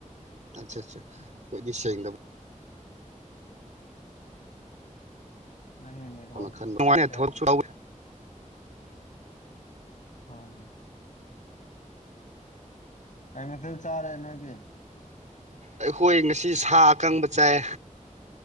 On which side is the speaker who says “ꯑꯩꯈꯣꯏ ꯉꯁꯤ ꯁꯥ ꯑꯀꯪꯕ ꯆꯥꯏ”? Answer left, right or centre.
Right